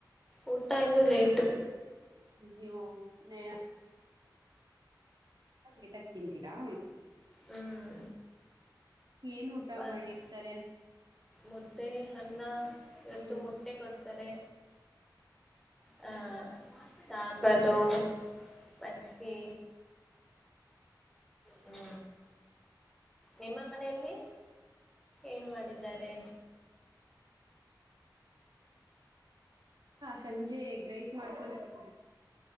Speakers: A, in the centre; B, on the right.
A: ಊಟ ಇನ್ನೂ ಲೇಟ್ು
B: ಇ ನ ಬೇಟಕ್ ತಿಂತೀರಾ
A: ಹ್ಮ್
B: ಏನ್ ಊಟ
A: ಒಂದ್
B: ಮಾಡಿರ್ತಾರೆ
A: ಮುದ್ದೆ ಅನ್ನ ಇವತ್ತು
B: ಹ್ಮ್
A: ಮೊಟ್ಟೆ ಕೊಡ್ತಾರೆ ಹಾ ಸಾಂಬಾರು ಮಜ್ಿಗೆಿ ಹ್ಮ ನಿಮ್ಮ ಮನೆಯಲ್ಲಿ ಏನ್ ಮಾಡ ಿದ್ದಾರೆ
B: ಸಂಜೆ ಗ್ರೈಸ್ ಮಾಡ್ಕೊಂತವಿ